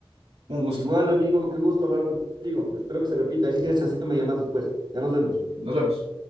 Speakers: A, on the right (about 85°); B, on the right (about 50°).
A: Un gusto.
B: Igual, amigo, qué gusto hablar contigo. Espero que se repita. Y si tienes chancito, me llamas después. Ya nos vemos.
A: Nos vemos.